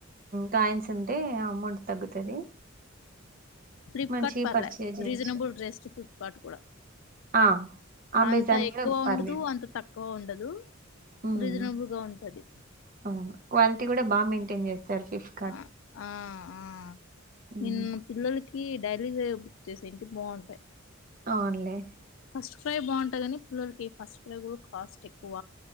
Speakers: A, on the right; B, on the left.
A: కాయిన్స్ ఉంటే అమౌంట్ తగ్గుతది.
B: ఫ్లిప్కార్డ్
A: మంచిగా
B: పర్లే
A: పర్చేజ్ చేయొచ్చు
B: రీజనబుల్ డ్రెస్ట్ ఫ్లిప్కార్ట్ కూడ
A: ఆ అమెజాన్
B: అంత ఎక్కువ
A: కూడా పర్లేదు
B: ఉండదు. అంత తక్ కొవుండదు
A: ఉమ్
B: రీజనబుల్ గా ఉంటది.
A: అవును క్వాలిటీ గూడ బా మెయింటైన్ చేస్తారు ఫిఫ్ట్
B: ఆ ఆ ఆ
A: ఉమ్
B: ఇన్ పిల్లలకి డైలీ వేర్ బుక్ చేసేంటి ఇంట్లో బావుంటాయి.
A: అవునులే!
B: ఫస్ట్ క్రై భావుంటదని పిల్లలకి ఫస్ట్ క్రై కూడా కాస్ట్ ఎక్కువ